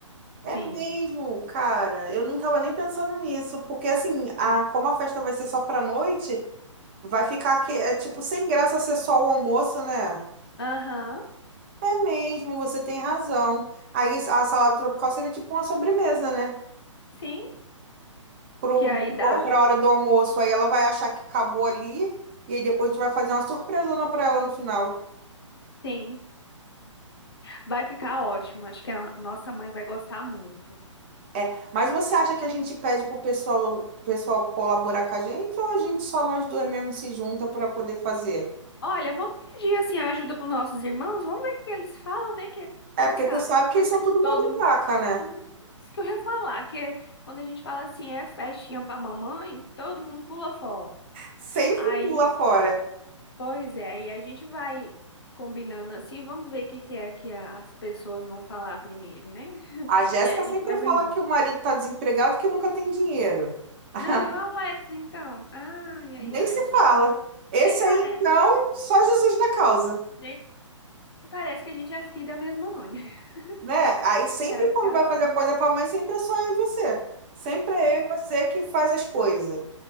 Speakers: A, on the right; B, on the left.
A: É
B: Sim.
A: mesmo, cara. Eu não tava nem pensando nisso, porque assim, a, como a festa vai ser só pra noite, vai ficar que, é, tipo sem graça ser só o almoço, né?
B: Aham.
A: É mesmo, você tem razão. Aí a salada tropical seria tipo uma sobremesa, né?
B: Sim.
A: Pro,
B: Que aí dá?
A: pra hora do almoço. Aí ela vai achar que acabou ali, e aí depois a gente vai fazer uma surpresona pra ela no final.
B: Sim. Vai ficar ótimo. Acho que a nossa mãe vai gostar muito.
A: É, mas você acha que a gente pede pro pessoal, pessoal colaborar com a gente ou a gente só nós dois mesmo se junta pra poder fazer?
B: Olha, vamos pedir assim a ajuda para os nossos irmãos, vamos ver o que que eles falam, né? Que você
A: É, porque
B: sabe,
A: tu sabe
B: que
A: que
B: é
A: eles
B: né,
A: são todo
B: todo
A: mão de
B: mundo.
A: vaca, né?
B: Hum, Isso que eu ia falar, que é quando a gente fala assim, é festinha para mamãe, todo mundo pula fora.
A: Sempre
B: Aí,
A: pula fora.
B: pois é, aí a gente vai combinando assim, vamos ver o que que é que a- as pessoas vão falar primeiro, né? <laughs>
A: A Jéssica
B: Que aí a gente
A: sempre
B: vai organizando.
A: fala que o marido tá desempregado, que nunca tem dinheiro. <laughs>
B: Não, e o Alex, então? Ai, ai,
A: Nem
B: ai,
A: se
B: gente,
A: fala.
B: esses irmãos
A: Esse
B: nem parece,
A: aí, então,
B: que-
A: só Jesus na causa,
B: nem parece que a gente é filho da mesma mãe, né? <laughs>
A: né? Aí sempre
B: Que era
A: quando
B: cada
A: vai fazer
B: um.
A: coisa pra mãe, sempre é só eu e você. Sempre é eu e você que faz as coisas.